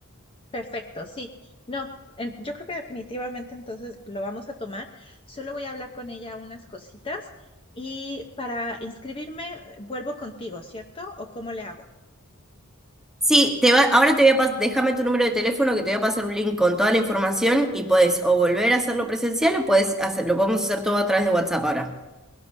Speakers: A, on the left (about 25°); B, in the centre.
A: Perfecto, sí. No, en- yo creo que definitivamente entonces lo vamos a tomar. Solo voy a hablar con ella unas cositas y para inscribirme eh, vuelvo contigo, ¿cierto? ¿O cómo le hago?
B: Sí, te va, ahora te voy a pasar, déjame tu número de teléfono que te voy a pasar un link con toda la información y podés o volver a hacerlo presencial o podés hacer, lo podemos hacer todo a través de WhatsApp ahora.